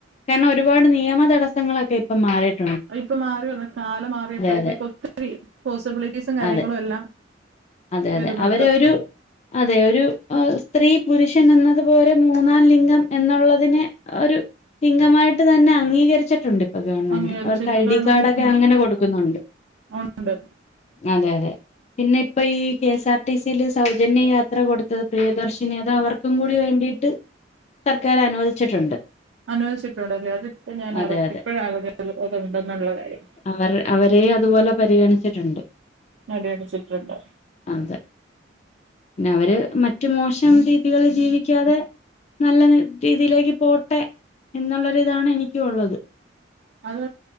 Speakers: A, on the left; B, on the right.
A: കാരണം ഒരുപാട് നിയമതടസ്സങ്ങളൊക്കെ ഇപ്പ മാറിട്ട
B: ഇപ്പൊ മാറി വന്ന കാല മാറിയപ്പോഴത്തേക്ക്
A: അതെ
B: ഒത്തിരി പോസിബിലിറ്റീസും കാര്യങ്ങളും
A: അതെ
B: എല്ലാം
A: അതെ അതെ
B: വരുന്നുണ്ട്
A: അവരെ ഒരു അതെ ഒരു സ്ത്രീ പുരുഷൻ എന്നതുപോലെ മൂന്നാം ലിംഗം എന്നുള്ളതിന് ഒരു ലിംഗമായി ായിട്ട് തന്നെ അംഗീകരിച്ചിട്ടുണ്ട് ഇപ്പ ഗവൺമെന്റ്
B: അംഗീകരിച്ചിട്ട്
A: അവർക്ക് ഐ
B: ഗവൺമെന്റ്
A: ഡി കാർഡ ഒക്കെ
B: ഉം
A: അങ്ങനെ കൊടുക്കുന്നുണ്ട്
B: ഉണ്ട്
A: അതെ അതെ പിന്നെ ഇപ്പൊ ഈ കെഎസ് ആർ ടിസിയില് സൗജന്യ യാത്ര കൊടുത്തത് പ്രിയദർശന ക്ഷനിത അവർക്കും കൂടി വേണ്ടിട്ട് സർക്കാർ അനുവദിച്ചിട്ടുണ്ട്
B: അനുവദിച്ചിട്ടുണ്ടല്ലേ അത്പ്പോ ഞാൻ
A: അതെ അതെ
B: ഇപ്പഴ ആ ഒെ ഉണ്ടെന്നുള്ള കാര്യം
A: അവ അവരെ പരിഗണിച്ചിട്ടുണ്ട്
B: നട അടിച്ചിട്ടുണ്ടോ
A: അതെ പിന്നെ അവര് മറ്റു മോശം രീതികളിൽ ജീവിക്കാതെ നല്ല രീതിയിലേക്ക് പോട്ടെ എന്നുള്ളൊരി ഇതാണ് എനിക്ക ഉള്ളത്
B: അത്